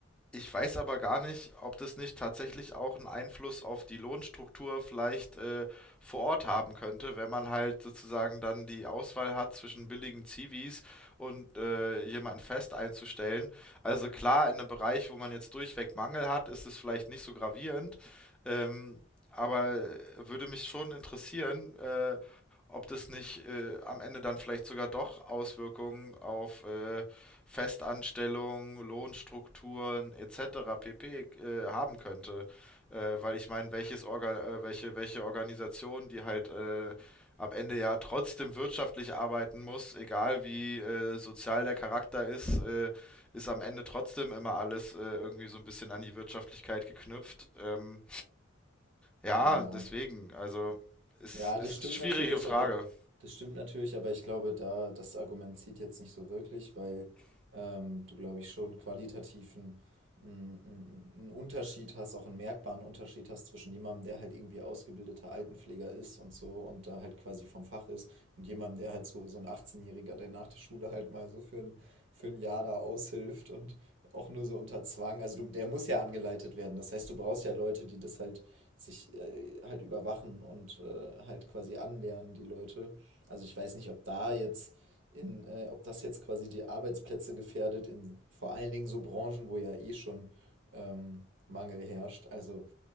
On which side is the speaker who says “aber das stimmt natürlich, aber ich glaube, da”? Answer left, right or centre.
Right